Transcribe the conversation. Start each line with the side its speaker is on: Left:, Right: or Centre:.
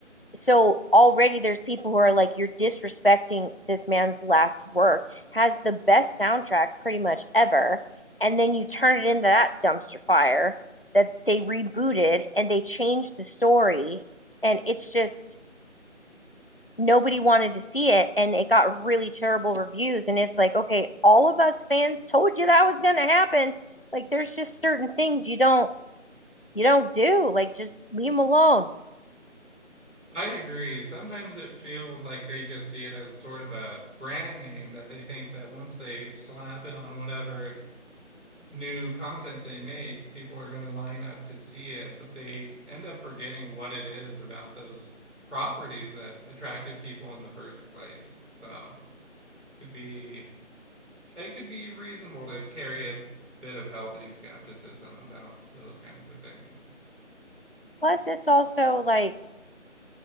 Left: so already there's people who are like you're disrespecting this man's last work has the best soundtrack pretty much ever and then you turn it into that dumpster fire that they rebooted and they changed the story and it's just nobody wanted to see it and it got really terrible reviews and it's like okay all of us fans told you that was going to happen like there's just certain things you don't you don't do like just leave them alone
Right: I agree. Sometimes it feels like they just see it as sort of a brand name that they think that once they slap it on whatever new content they make, people are going to line up to see it, but they end up forgetting what it is about those properties that attracted people in the first place. So it could be it could be reasonable to carry a bit of healthy skepticism about those kinds of things.
Left: plus it's also like